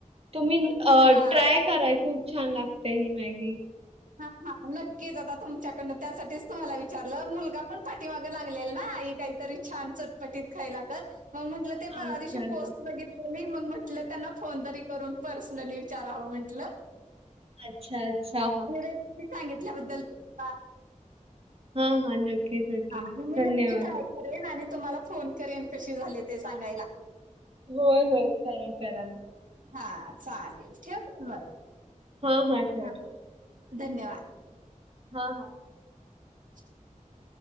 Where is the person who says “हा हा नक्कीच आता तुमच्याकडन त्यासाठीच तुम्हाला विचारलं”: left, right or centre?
Right